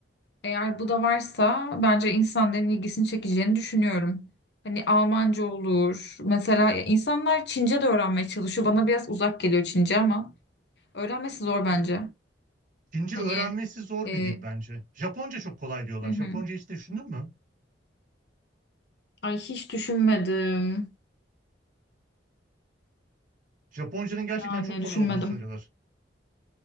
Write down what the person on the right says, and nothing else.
Çince
öğrenmesi zor
bir dil bence. Japonca çok kolay diyorlar.
Japonca hiç düşündün mü?
Japonca'nın gerçekten
çok kolay
olduğunu söylüyorlar.